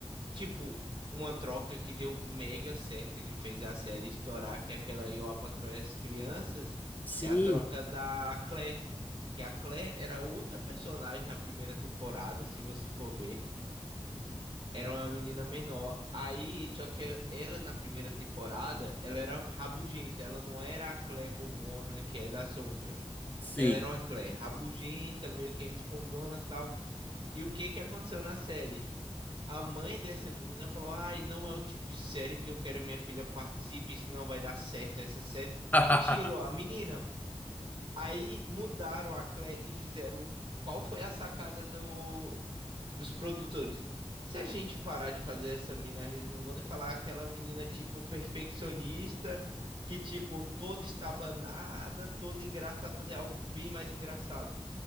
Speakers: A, on the right (about 50°); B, on the left (about 15°).
A: tipo, uma troca que deu mega certo, que fez a série estourar, que é aquela Eu, a Patroa e as Crianças,
B: Sim,
A: é a troca da Claire. Que a Claire era outra personagem na primeira temporada, se você for ver. Era uma menina menor. Aí, só que ela na primeira temporada, ela era rabugenta, ela não era a Clé bobona que é das outras.
B: sim.
A: Ela era uma Clé rabugenta, meio que respondona e tal. E o que que aconteceu na série? A mãe dessa menina falou: "Ai, não é o tipo de série que eu quero que minha filha participe, isso não vai dar certo essa série".
B: <laughs>
A: Tirou a menina. Aí mudaram a Clé e fizeram qual foi a sacada do dos produtores. Se a gente parar de fazer essa mina resmungona e falar aquela menina, tipo, perfeccionista, que, tipo, toda estabanada, toda engraçada, fazer algo bem mais engraçado.